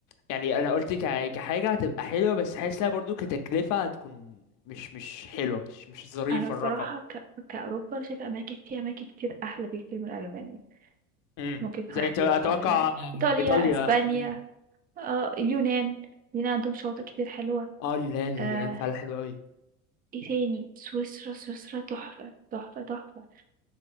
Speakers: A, on the left (about 45°); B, on the right (about 20°).
A: يعني انا قلت ك- كحاجه هتبقى حلوه بس حاسس لها برضو كتكلفه هتكون مش مش حلوه مش مش ظريف
B: أنا الصراحة
A: الرقم
B: ك كأوروبا أنا شايفة أماكن فيها أماكن كتير أحلى بكتير من ألمانيا
A: امم
B: ممكن
A: زي
B: واحد
A: انت اتوقع
B: يروح على ذلك إيطاليا
A: ايطاليا
B: أسبانيا
A: امم
B: آه اليونان اليونان عندهم شواطئ كتير حلوة
A: اه اليونان اليونان
B: آه
A: فعلا حلو قوي
B: إيه تاني سويسرا سويسرا تحفة تحفة تحفة